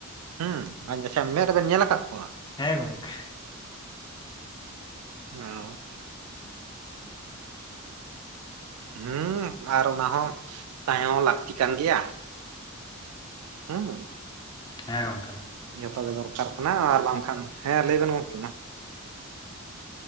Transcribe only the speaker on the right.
ᱦᱩᱸ ᱟᱪᱷᱟ ᱢᱮᱫ ᱨᱮᱵᱮᱱ ᱧᱮᱞ ᱠᱟᱫ ᱠᱚᱣᱟ
ᱚ ᱦᱩᱸ ᱟᱨ ᱚᱱᱟ ᱦᱚᱸ ᱛᱟᱦᱮᱸ ᱦᱚᱸ ᱞᱟᱹᱠᱛᱤ ᱠᱟᱱ ᱜᱮᱭᱟ᱾ ᱦᱩᱸ᱾
ᱡᱚᱛᱚᱜ ᱜᱮ ᱫᱚᱨᱠᱟᱨ ᱠᱟᱱᱟ ᱟᱨ ᱵᱟᱝᱠᱷᱟᱱ ᱦᱮᱸ ᱞᱟᱹᱭ ᱵᱮᱱ ᱜᱚᱢᱠᱮ ᱢᱟ᱾